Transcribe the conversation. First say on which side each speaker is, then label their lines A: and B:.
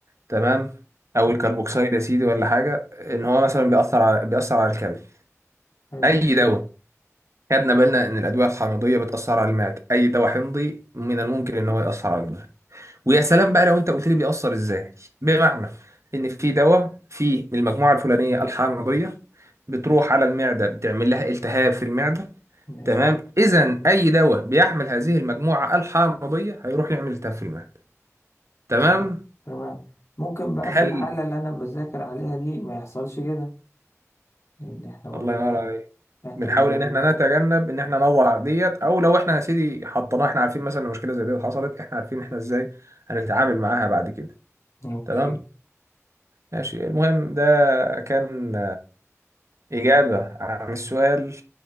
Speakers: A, on the right; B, on the left.
A: تمام أو
B: مم،
A: الكربوكسيد يا سيدي ولا حاجة إن هو مثلا بيأثر على بيأثر على الكبد
B: حلو
A: أي دواء خدنا بالنا إن الأدوية الحامضية بتأثر على المعدة أي دواء حمضي من الممكن إن هو يأثر على المعدة ويا سلام بقى لو أنت قلت لي بيأثر إزاي بمعنى إن في دواء في المجموعة الفلانية الحامضية بتروح على المعدة بتعمل لها التهاب في المعدة
B: ماشي
A: تمام إذا أي دواء بيحمل هذه المجموعة الحامضية هيروح يعمل التهاب في المعدة تمام
B: تمام تمام ممكن بقى
A: هل
B: في الحالة اللي أنا بذاكر عليها دي ما يحصلش كده لأن إحنا قلنا
A: الله ينور عليك
B: إحنا
A: بنحاول
B: بني آدمين
A: ان احنا نتجنب ان احنا نوع ديت او لو احنا يا سيدي حطيناها احنا عارفين مثلا إن مشكله زي ديت حصلت احنا عارفين احنا ازاي هنتعامل معاها بعد كده
B: أوكي
A: تمام ماشي المهم ده كان اجابه عن السؤال